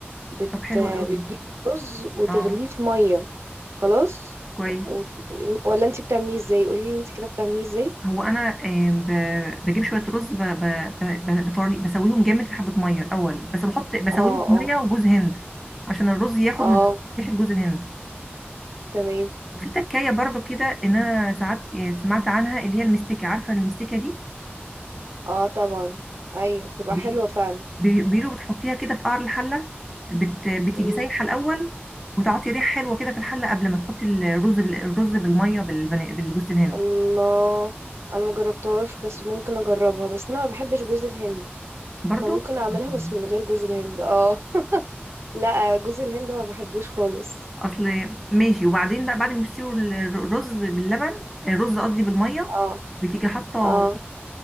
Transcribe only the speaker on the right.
بت...
بتجيب رز وتغليه
في مية خلاص
و... ولا انت بتعمليه ازاي قوليلي انت كده بتعمليه ازاي
اه
اه
اه
تمام
اه طبعا ايوه بتبقى
حلوة فعلا
مم.
الله انا ما جربتهاش بس ممكن اجربها بس انا ما بحبش جوز الهند
فممكن اعملها
بس من غير جوز الهند اه <laughs> لا جوز الهند ما بحبوش خالص
اه
اه